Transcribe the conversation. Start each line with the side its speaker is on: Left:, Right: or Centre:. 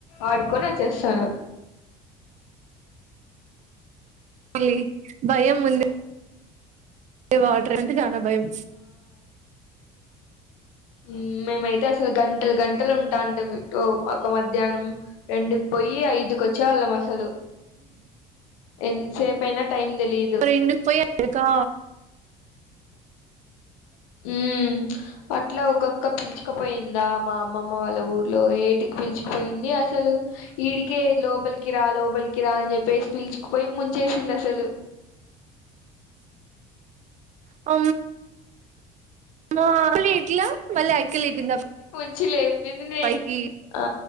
Left: ఆడుకొని వచ్చేస్తాను
Right: మళ్ళీ భయం ముందే వాటర్ అంటే చానా భయం
Left: ఉమ్ మేమయి తే అసలు గంటలు గంటలు ఉంటాంటిమి ఒక మధ్యాహ్నం రెండు కి పోయి ఐదుకో చ్చేవాళ్ళం అసలు ఎంతసేపు అయినా టైమ్ తెలీదు
Right: రెండుకు పోయి అకా
Left: ఉమ్ అట్లా ఒక అక్క పిల్చుకపోయిందా మా అమ్మమ్మ వాళ్ళ ఊర్లో ఏ టికీ పిలిచికుపోయింది అసలు ఈడికే లోప లికిరా లోపలికిరా అని చెప్పేసి పిలిచుకుపోయి ముంచేసింది అసలు
Right: అ మ్మో మరి ఎట్లా మళ్ళీ ఆయక్కే లేపింది
Left: వచ్చి లేపింది
Right: పైకి
Left: ఆ